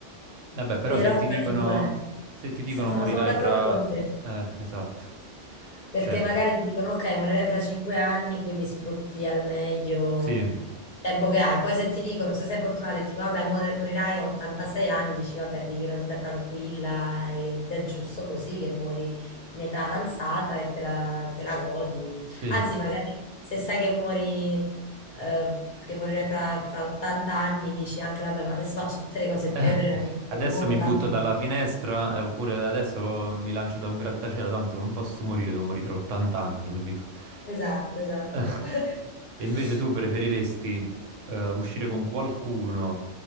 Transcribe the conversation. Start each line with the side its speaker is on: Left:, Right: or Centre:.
Right: Vabbè, però
Left: Però
Right: se ti
Left: tra
Right: dicono,
Left: le due,
Right: se ti dicono
Left: s-
Right: morirai
Left: no, sono d'accordo
Right: tra...
Left: con te.
Right: Eh, esatto.
Left: Perché
Right: Cioè,
Left: magari ti dicono, ok, morirai fra cinque anni, quindi sfrutti al meglio
Right: sì.
Left: il tempo che hai. Poi se ti dicono, se sei fortunato e ti dicono, vabbè, mor- morirai a 86 anni, dici, vabbè, vivi una vita tranquilla ed è giusto così che muori in età avanzata e te la, te la godi.
Right: Sì,
Left: Anzi, magari se sai che muori, eh, che morirai fra, fra 80 anni, dici anche, vabbè, ma adesso faccio tutte le cose
Right: Eh,
Left: più adrenaliniche
Right: adesso
Left: del mondo,
Right: mi
Left: tanto...
Right: butto dalla finestra, eh, oppure adesso mi lancio da un grattacielo, tanto non posso morire, devo morire tra 80 anni, capito?
Left: Esatto,
Right: <laughs>
Left: esatto.
Right: Eh,
Left: <laughs>
Right: E invece tu preferiresti eh, uscire con qualcuno